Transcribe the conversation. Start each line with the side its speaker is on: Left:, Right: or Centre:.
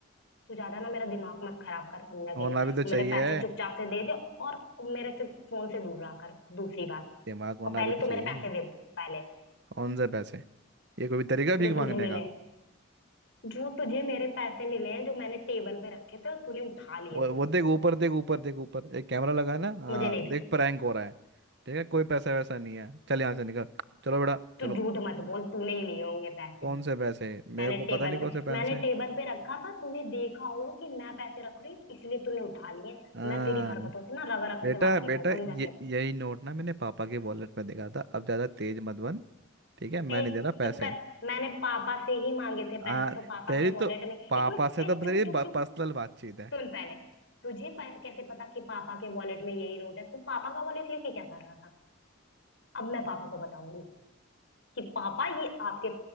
Left: तू ज्यादा ना मेरा दिमाग मत खराब कर समझा कि
Right: होना
Left: नहीं
Right: भी तो चाहिए
Left: मेरे पैसे चुपचाप से दे दे और मेरे से फोन से दूर रहा कर दूसरी बात
Right: दिमाग होना
Left: और पहले
Right: भी तो
Left: तो
Right: चाहिए
Left: मेरे पैसे दे पहले
Right: कौन से पैसे ये कोई भी तरीका
Left: जो
Right: भीख मांगने
Left: तुझे मिले हैं जो तुझे मेरे पैसे मिले हैं जो मैंने टेबल पे रखे थे और तूने उठा लिए
Right: वो
Left: थे उसको
Right: वो देख ऊपर देख ऊपर देख ऊपर एक कैमरा लगा है ना हाँ
Left: मुझे नहीं थे
Right: देख प्रैंक हो रहा है ठीक है कोई पैसा वैसा नहीं है चल यहाँ से निकल चलो बेटा
Left: तू
Right: चलो
Left: झूठ मत बोल तूने ही लिए होंगे पैसे
Right: कौन से पैसे मेरे
Left: मैंने
Right: को
Left: टेबल
Right: पता नहीं
Left: पे
Right: कौन से पैसे
Left: मैंने टेबल पे रखा था तूने देखा होगा कि मैं पैसे रख रही हूँ इसलिए तूने उठा लिए
Right: हाँ
Left: मैं तेरी हरकतों से ना रग रग
Right: बेटा
Left: से वाकिफ
Right: बेटा
Left: हूँ समझा
Right: ये
Left: के
Right: यही नोट ना मैंने पापा के वॉलेट में देखा था अब ज्यादा तेज मत बन ठीक है मैं
Left: ए
Right: नहीं दे रहा
Left: चुप
Right: पैसे
Left: कर मैंने पापा से ही मांगे थे पैसे
Right: हाँ
Left: तो पापा
Right: तेरी
Left: के
Right: तो
Left: वॉलेट में एक
Right: पापा
Left: मिनट
Right: से तो
Left: ए चुप
Right: तेरी
Left: चुप
Right: पर्सनल
Left: चुप
Right: बातचीत है
Left: सुन पहले तुझे प- कैसे पता कि पापा के वॉलेट में यही नोट है तू पापा का वॉलेट लेके क्या कर रहा था अब मैं पापा को बताऊंगी कि पापा ये आपके